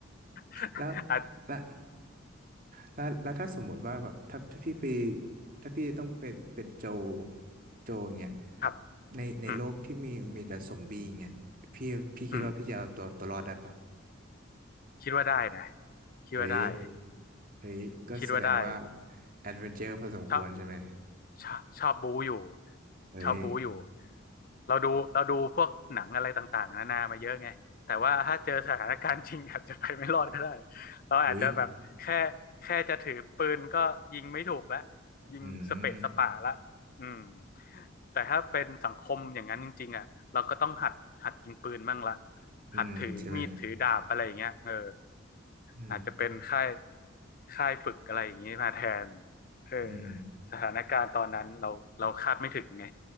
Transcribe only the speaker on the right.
แล้ว
แล้วแล้วแล้วถ้าสมมติว่าแบบถ้าถ้าพี่ไปถ้าพี่ต้องเป็นเป็นโจโจอย่างเงี้ย
ในในโลกที่มีมีแต่ซอมบี้อย่างเงี้ยพี่พี่คิดว่าพี่จะเอาตัวตัวรอดได้ปะ
เฮ้ยเฮ้ยก็แสดงว่า
แอดเวนเจอร์พอสมควรใช่ไหม
เฮ้ย
อุ้ย
อืม
อืมใช่ไหม
อืม
อืม